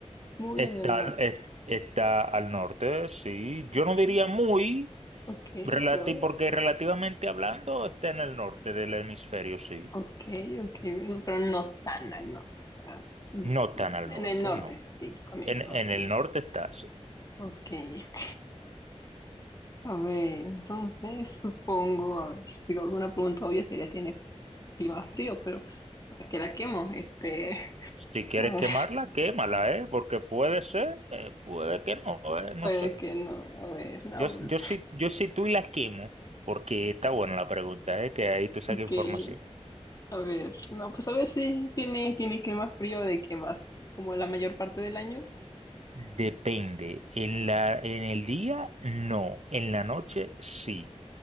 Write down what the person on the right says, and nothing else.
Está,
al- es- está al norte, sí. Yo
no diría muy,
relati-
porque relativamente hablando está en el norte del hemisferio, sí.
No tan al
norte,
no.
En, en
el norte está, sí.
Si quieres
quemarla, quémala, ¿eh? Porque puede ser, eh, puede que no,
¿eh? No
sé.
Yo, s-
yo sí, yo sí tú y la quemo, porque está buena la pregunta, ¿eh? Que ahí tú saques
información.
Depende. En la, en el día, no. En la noche, sí.